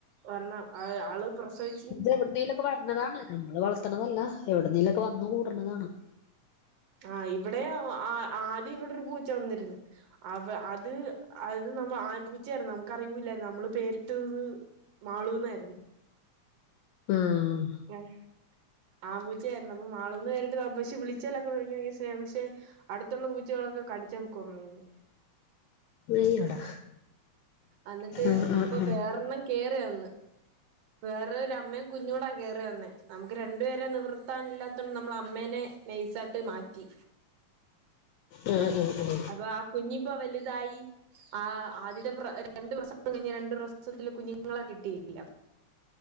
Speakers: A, on the right; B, on the left.
A: ഒരെണ്ണം ആഹ് ആള് പ്രസവി
B: ഇത് എവിട്ന്നേലൊക്കെ വര്ന്നതാണ് നമ്മള് വളർത്ത്ണതല്ല എവിട്ന്നേലൊക്കെ വന്ന് കൂട്ണതാണ്
A: ആഹ് ഇവിടെയും ആ ആദ്യം ഇവിടൊരു പൂച്ച വന്നിര്ന്നു അവ അത് അത് നമ്മ ആൺ പൂ ച്ചേർന്നു നമ്മക്കറിയൂല്ലാര്ന്നു നമ്മള് പേരിട്ടത് മാളൂ ന്നാര്ന്നു
B: ആഹ്
A: ആഹ് ആൺപൂച്ചാര്ന്നു അപ്പൊ മാളുന്ന് പേരിട്ടതാ പക്ഷെ വിളിച്ചാലൊക്കെ സ്നേഹം പക്ഷെ അട്ത്തുള്ള പൂച്ചകളൊക്കെ കടിച്ചന്ന് കൊന്നു അയ്നെ
B: അയ്യോടാ
A: എന്നിട്ട്
B: ആഹ്
A: ഇപ്പം
B: ആഹ്
A: വെറോരാണ്ണം കേറി വന്ന് വേറെ ഒരമ്മീം കുഞ്ഞുടെ കേറി വന്ന് നമ്മക്ക് രണ്ട്പേരെ നിവൃ ത്താനില്ലാത്തോണ്ട് നമ്മള് അമ്മേനെ നെയ്സാട്ട് മാറ്റി
B: ഉം ഉം ഉം
A: ഇപ്പം ആ കുഞ്ഞിപ്പം വലുതായി ആഹ് ആദ്യത്തെ പ്ര രണ്ട് പ്രസവം കഴിഞ്ഞ് രണ്ടു പ്രസവത്തില് കുഞ്ഞ് ങ്ങളെ കിട്ടിയില്ല